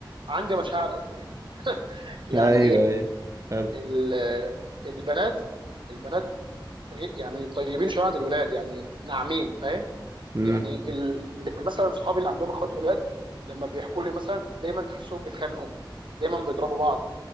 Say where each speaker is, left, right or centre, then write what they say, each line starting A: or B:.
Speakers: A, on the right; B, on the right.
A: عندي مشاعر اكتر يعني يعني
B: ايوه
A: ايه
B: ايوه حلو
A: ال- آه، البنات البنات غي- يعني طيبين شويه عن الولاد يعني ناعمين فاهم
B: امم
A: يعني ال... مثلا صحابي اللي عندهم اخوات ولاد لما بيحكوا لي مثلا دايما تحسهم بيتخانقوا دايما بيضربوا بعض